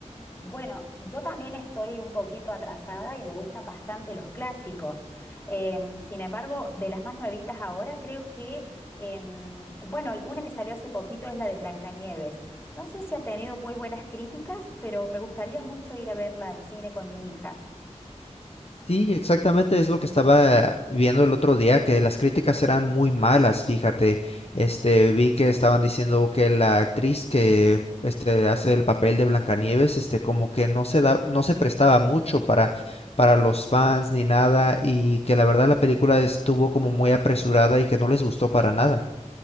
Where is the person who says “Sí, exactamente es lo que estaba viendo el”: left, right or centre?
Left